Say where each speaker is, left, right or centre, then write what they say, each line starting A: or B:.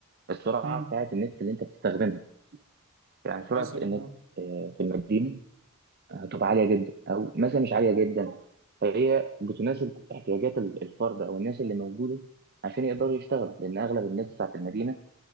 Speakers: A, on the right; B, on the right.
A: السرعه
B: امم
A: بتاعت النت اللي انت بتستخدمها يعني سرعه
B: مثلا
A: النت
B: اه
A: آه، في المدينه هتبقى عاليه جدا او مثلا مش عاليه جدا فهي بتناسب احتياجات ال- الفرد او الناس اللي موجوده عشان يقدروا يشتغلوا لان اغلب الناس بتاعت المدينه